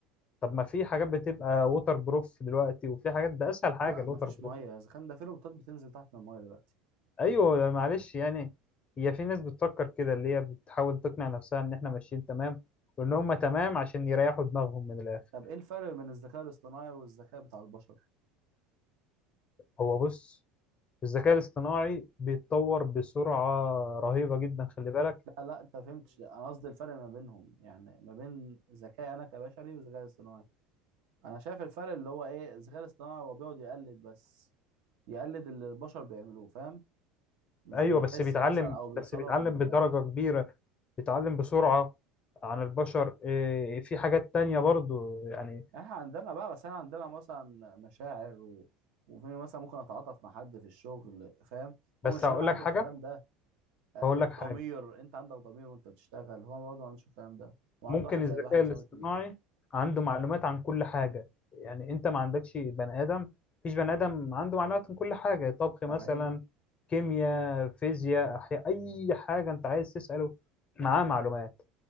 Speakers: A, on the left (about 30°); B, on the right (about 70°).
A: طب ما في حاجات بتبقى ووتر بروف دلوقتي وفي حاجات ده اسهل حاجه
B: لا
A: الووتر
B: مفيش
A: بروف
B: ميه الذكاء ده في روبوتات بتنزل تحت الميه دلوقتي
A: ايوه لا معلش يعني هي في ناس بتفكر كده اللي هي بتحاول تقنع نفسها ان احنا ماشيين تمام وان هم تمام عشان يريحوا دماغهم من الاخر
B: طب ايه الفرق بين الذكاء الاصطناعي والذكاء بتاع البشر
A: هو بص الذكاء الاصطناعي بيتطور بسرعة رهيبة جدا خلي بالك
B: لا لا انت فهمتش انا قصدي الفرق ما بينهم يعني ما بين ذكاء انا كبشري وذكاء اصطناعي انا شايف الفرق اللي هو ايه الذكاء الاصطناعي هو بيقعد يقلد بس يقلد اللي البشر بيعملوه فاهم مش
A: وايوه
B: بيحس
A: بس بيتعلم
B: مثلا او
A: بس
B: بيتصرف
A: بيتعلم
B: من دماغه
A: بدرجة كبيرة بيتعلم بسرعة عن البشر إيه، في حاجات تانية برضو يعني
B: احنا عندنا بقى بس انا عندنا مثلا مشاعر و... وفي مثلا ممكن اتعاطف مع حد في الشغل فاهم
A: بس
B: هو مش
A: هقول
B: هيبقى
A: لك
B: عنده
A: حاجة
B: الكلام ده آه،
A: هقول لك
B: الضمير
A: حاجة
B: انت عندك ضمير وانت بتشتغل هو برضه ما عندوش الكلام ده وعنده
A: ممكن
B: واحد زائد
A: الذكاء
B: واحد بيساوي
A: الاصطناعي
B: اتنين
A: عنده معلومات عن كل حاجة يعني انت ما عندكش بني ادم مفيش بني ادم عنده معلومات عن كل حاجة طبخ مثلا
B: ده حقيقي
A: كيمياء فيزياء احياء اي حاجة انت عايز تسأله معاه معلومات